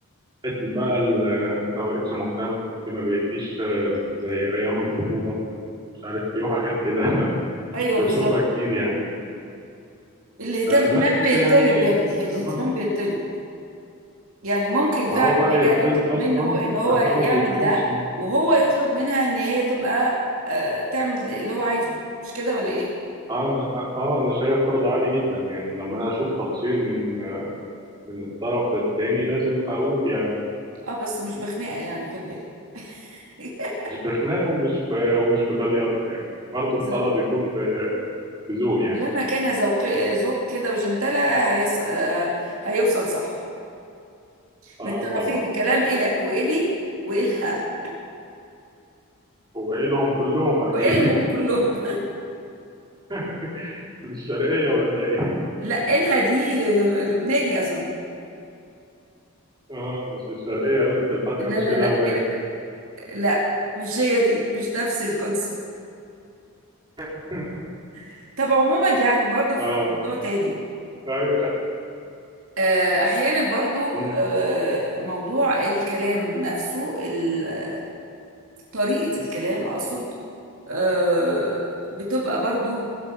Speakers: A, on the right (about 20°); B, on the right (about 70°).
A: حته بقى ال- آه، انت ما بقتش مهتم انت ما بقيتيش آه، زي ايام الخطوبه ومش عارف ايه وحاجات كده <laughs>
B: ايوه
A: بنشوفها
B: بالظبط
A: كتير يعني
B: الاهتمام
A: آه، بس
B: بيطلب
A: يعني
B: يا ابني
A: ستيل
B: الاهتمام
A: برضه
B: بيطلب يعني ممكن
A: ما
B: فعلا
A: هو بقى
B: ان
A: يضطرب
B: هي تطلب
A: اصلا
B: منه ان هو
A: عشان
B: يعمل
A: هو ما بيتعملش
B: ده
A: من-
B: وهو يطلب منها ان هي تبقى آه، تعمل اللي هو عايزه مش كده ولا ايه
A: اه انا اه آه، انا شايف برضه عادي جدا يعني لما انا اشوف تقصير من آه، من الطرف التاني لازم اقول يعني
B: اه بس مش بخناقه يعني خد بالك <laughs>
A: مش بخناق ومش ب... ومش بجليطه يعني برضه
B: بالظبط
A: الطلب يكون ب- بذوق يعني
B: لما كان ذوق ذوق كده وجنتلة هيص... آه، هيوصل صح
A: اه
B: من الطرفين
A: طبعا
B: الكلام إلك وإلي وإلها
A: هو ايه لهم كلهم اكيد
B: وإلهم كلهم
A: <laughs> من الشرقيه ولا ايه
B: <laughs> لا إلها دي آه، لبناني أظن
A: اه مش الشرقيه يقول لك الفرخه
B: لا
A: مش
B: لا
A: إلها
B: لا
A: وراك
B: إل... لا مش هي دي مش نفس الكونسيبت
A: <laughs>
B: <laughs> طب عموما يعني برضو في
A: اه
B: موضوع تاني
A: لا يخل...
B: آه، احيانا برضو
A: مم،
B: آه، موضوع الكلام نفسه ال- آه، طريقة الكلام اقصد آه، بتبقى برضو